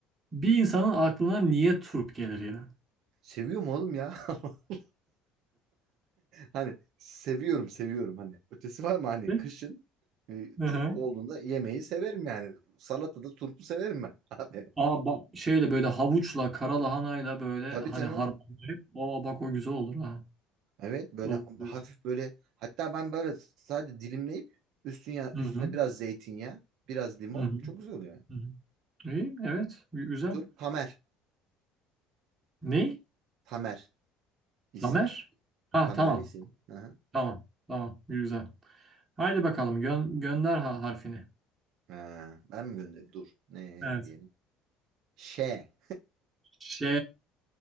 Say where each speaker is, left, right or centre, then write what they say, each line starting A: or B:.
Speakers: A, on the right; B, on the right.
A: bir insanın aklına niye turp gelir ya?
B: Seviyorum oğlum ya. <laughs> Hani seviyorum seviyorum hani. Ötesi var mı hani
A: Peki.
B: kışın e,
A: Hı
B: turp
A: hı.
B: olduğunda yemeği severim yani. Salatada turpu severim ben <laughs> abi.
A: Aa bak şeyle böyle havuçla kara lahanayla böyle
B: Tabii
A: hani
B: canım.
A: harmanlayıp o bak o güzel olur ha.
B: Evet böyle
A: Doğru diyorsun.
B: hafif böyle hatta ben böyle sadece dilimleyip üstüne
A: Hı
B: üstüne
A: hı.
B: biraz zeytinyağı, biraz limon
A: Hı hı.
B: çok güzel oluyor. yani.
A: Hı hı. İyi evet gü- güzel.
B: Turp Tamer.
A: Ne?
B: Tamer isim.
A: Lamer? Ha
B: Tamer
A: tamam.
B: isim. Hı hı.
A: Tamam. Tamam. Güzel. Haydi bakalım gö gönder ha harfini.
B: Ha, ben mi göndereyim? Dur. Ne
A: Evet.
B: diyelim? Ş.
A: Ş.